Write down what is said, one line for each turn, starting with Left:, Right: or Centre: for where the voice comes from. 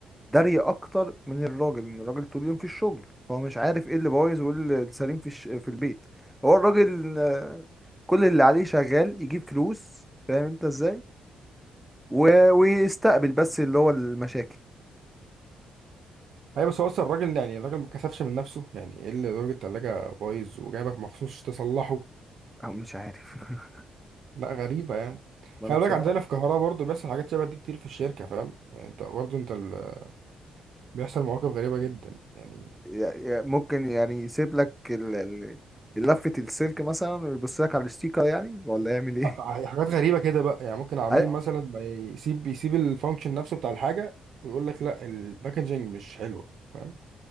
Centre: دارية اكتر من الراجل ان الراجل طول اليوم في الشغل فهو مش عارف ايه اللي بايظ وايه اللي سليم في الش... في البيت هو الراجل آه، كل اللي عليه شغال يجيب فلوس فاهم انت ازاي و... ويستقبل بس اللي هو المشاكل
Right: ايوه بس هو اصلا الراجل يعني الراجل ما كسفش من نفسه يعني ايه اللي درجة التلاجة بايظ وجايبك مخصوص تصلحه
Centre: او مش عارف <laughs>
Right: لا غريبة يعني
Centre: ما
Right: خلي
Centre: انا بصراحة
Right: بالك عندنا في القاهرة برضه بيحصل حاجات شبه دي كتير في الشركة فاهم يعني انت برضه انت ال... بيحصل مواقف غريبة جدا يعني
Centre: يع- يع- ممكن يعني يسيب لك ال... ال- لفة السلك مثلا ويبص لك على الستيكر يعني ولا يعمل ايه
Right: ح- حاجات غريبة كده بقى يعني ممكن عميل
Centre: <laughs> أي-
Right: مثلا ما يسيب يسيب الفانكشن نفسه بتاع الحاجة ويقول لك لا الباكجينج مش حلوة فاهم